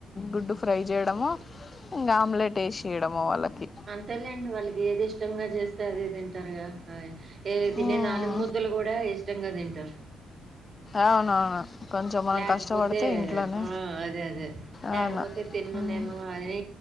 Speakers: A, on the left (about 30°); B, on the right (about 45°).
A: గుడ్డు ఫ్రై చేయడము ఇంగ ఆమ్లెట్ వేసియడము వాళ్ళకి
B: తెలిండి వాళ్ళకి ఏది ఇష్టంగా చేస్తే అదే తింటారుగా ఏది తినే
A: మ్మ్
B: నాలుగు ముద్దలు కూడా ఇష్టంగా తింటారు
A: అవునవును కొంచెం మనం
B: లేకపోతే
A: కష్టపడితే ఇంట్లోనే
B: అదే అదే లేకపోతే
A: అవును
B: తిన్న
A: మ్మ్
B: నేను అ అని